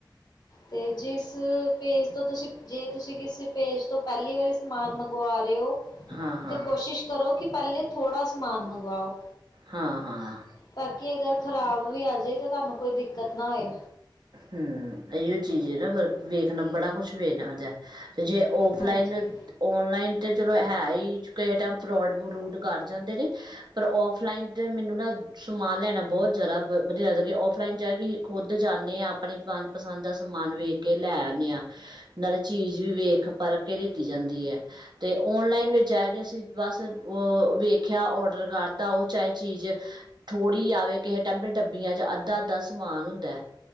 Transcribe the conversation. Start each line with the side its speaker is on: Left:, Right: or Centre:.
Left: ਤੇ ਜਿਸ, ਪੇਜ ਤੋਂ ਤੁਸੀਂ ਜੇ ਤੁਸੀਂ ਕਿਸੇ ਪੇਜ ਤੋਂ ਪਹਿਲੀ ਵਾਰੀ ਸਮਾਨ ਮੰਗਵਾ ਰਹੇ ਓ
Right: ਹਾਂ ਹਾਂ
Left: ਤੇ ਕੋਸ਼ਿਸ਼ ਕਰੋ ਕਿ, ਪਹਿਲੇ ਥੋੜ੍ਹਾ ਸਮਾਨ ਮੰਗਵਾਓ।
Right: ਹਾਂ-ਹਾਂ।
Left: ਤਾਂ ਕਿ ਅਗਰ ਖ਼ਰਾਬ ਵੀ ਆਜੇ, ਤਾਂ ਤੁਹਾਨੂੰ ਕੋਈ ਦਿੱਕਤ ਨਾ ਹੋਏ।
Right: ਹੂੰ ਇਹੀਓ ਚੀਜ਼ ਏ ਨਾ ਪਰ ਵੇਖਣਾ ਬੜਾ ਕੁਛ ਵੇਖਨਾ ਪੈਂਦਾ ਤੇ ਜੇ ਔਫਲਾਈਨ
Left: ਹਾਂਜੀ
Right: ਔਨਲਾਈਨ ਤਾਂ ਚਲੋ ਹੈ ਈ ਕਿਸੇ ਟਾਈਮ ਫਰੋਡ-ਫਰੂਡ ਕਰ ਜਾਂਦੇ ਨੇ। ਪਰ ਔਫਲਾਈਨ ਤੇ ਮੈਨੂੰ ਨਾ ਸਮਾਨ ਲੈਣਾ ਬਹੁਤ ਜ਼ਿਆਦਾ ਵਧੀਆ ਲਗਦਾ ਔਫਲਾਈਨ 'ਚ ਐ ਵੀ ਖੁਦ ਜਾਂਨੇ ਆ ਆਪਣੀ ਮਨਪਸੰਦ ਦਾ ਸਮਾਨ ਵੇਖ ਕੇ ਲੈ ਆਨੇ ਆ। ਨਾਲੇ ਚੀਜ਼ ਵੀ ਵੇਖ ਪਰਖ ਕੇ ਲਿਤੀ ਜਾਂਦੀ ਏ। ਤੇ ਔਨਲਾਈਨ ਵਿੱਚ ਐ ਕੇ ਅਸੀਂ ਬਸ ਉਹ ਵੇਖਿਆ ਔਡਰ ਕਰਤਾ ਉਹ ਚਾਹੇ ਚੀਜ਼ ਥੋੜ੍ਹੀ ਆਵੇ ਕਿਸੇ ਡੱਬੇ ਡੱਬੀਆਂ 'ਚ ਅੱਧਾ-ਅੱਧਾ ਸਮਾਨ ਹੁੰਦਾ।